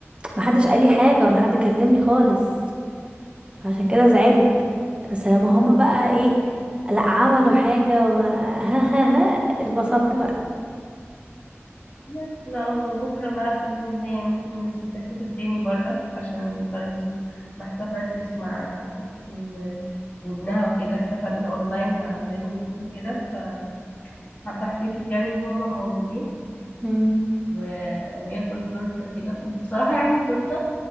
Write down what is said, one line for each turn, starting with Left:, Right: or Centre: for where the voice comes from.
Right: محدش قال لي حاجه ولا حد كلمني خالص عشان كده زعلت بس لما هما بقى ايه لا عملوا حاجه و <laughs> ها ها ها اتبسطت بقى
Left: بس بقى وبكرة بقى بإذن الله يعني ممكن تحتفل تاني برا عشان برضو ما احتفلتش مع أختي و... وابنها وكده احتفلنا أونلاين عن طريق النت وكده فحابة احتفل يعني إن هما موجودين
Right: امم
Left: و... وياكل تورته كده وبصراحه يعني التورته